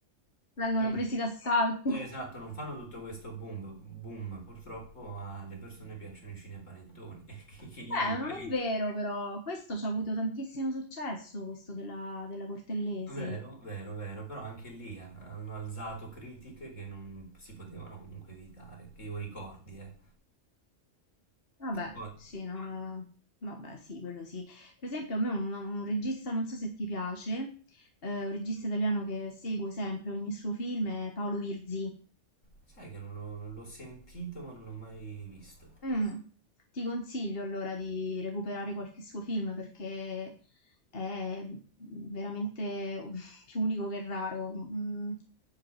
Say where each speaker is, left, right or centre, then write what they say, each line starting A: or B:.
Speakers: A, on the left; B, on the left.
A: vengono
B: non-
A: presi d'assalto.
B: Esatto, non fanno
A: <laughs>
B: tutto questo boom, boom. Purtroppo alle persone piacciono i cinepanettoni. <laughs> Che, che gli
A: Beh,
B: dica?
A: non
B: Gli-
A: è vero però, questo ci ha avuto tantissimo successo, questo della, della Cortellesi.
B: Vero, vero, vero, però anche lì ha- hanno alzato critiche che non si potevano comunque evitare, che io ricordi, eh.
A: Vabbè,
B: Poi,
A: sì, no, vabbè, sì, quello sì. Per esempio, a me un, un regista, non so se ti piace, eh, un regista italiano che seguo sempre ogni suo film è Paolo Virzì.
B: sai che non l'ho l'ho sentito ma non l'ho mai visto.
A: Mh. Ti consiglio allora di recuperare qualche suo film perché è, mhmm, veramente <laughs> u più unico che raro. Mhmm,